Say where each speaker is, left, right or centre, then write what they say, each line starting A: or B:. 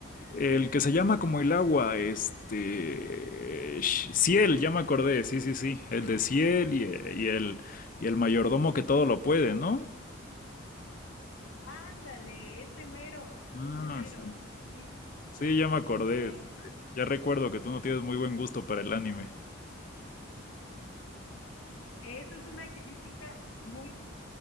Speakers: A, on the left; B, on the left.
A: El que se llama como el agua. Este. sh- Ciel, ya me acordé. Sí, sí, sí. El de Ciel y, y el. Y el mayordomo que todo lo puede, ¿no?
B: Ándale, ese mero,
A: Ah,
B: ese mero,
A: sí.
B: sí.
A: Sí, ya me acordé.
B: Eh,
A: Ya recuerdo que tú no tienes muy buen gusto para el anime.
B: eso es una crítica muy